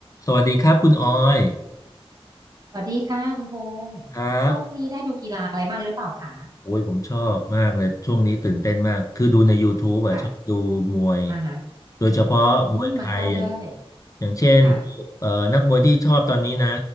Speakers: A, on the left (about 35°); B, on the right (about 35°).
A: สวัสดีครับคุณออย
B: สวัสดีค่ะคุณพงษ์ช่วงนี้ได้ดูกีฬาอะไรบ้างหรือเปล่าคะ
A: ครับโอ้ยผมชอบมากเลยช่วงนี้ตื่นเต้นมากคือดูใน YouTube อ่ะชอบดูมวย
B: ค่ะอ่าฮะ
A: โดยเฉพาะมวยไทยอย่าง
B: อืมเหมือนกันเลย
A: อย่างเช่น
B: ค่ะ
A: เอ่อนักมวยที่ชอบตอนนี้นะ